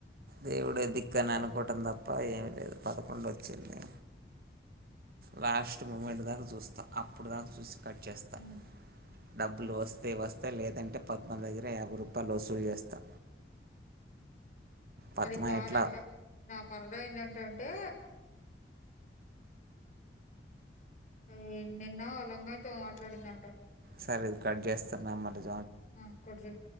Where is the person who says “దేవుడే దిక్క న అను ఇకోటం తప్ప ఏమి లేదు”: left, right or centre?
Right